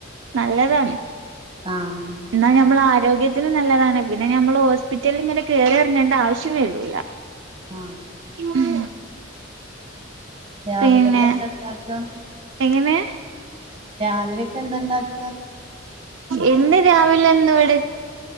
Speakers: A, on the right (about 70°); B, on the right (about 30°).
A: നല്ലതാണ്.
B: ആഹ്
A: എന്നാൽ നമ്മൾ ആരോഗ്യത്തിനന് നല്ലതാണ്. പിന്നെ ഞമ്മൾ ഹോസ്പിറ്റല്. ഇങ്ങനെ കേയറി ഇറങ്ങേണ്ട ആവശ്യമേ വരൂല
B: ആഹ്
A: ഉം
B: രാവിലെകെ
A: പിന്നെ
B: എന്താടക.
A: എങ്ങനെ
B: രാവിലെയൊക്കെ എന്തണ്ടാക്ക.
A: ഇന്ന് രാവിലെ എന്നാ ഇവിടെ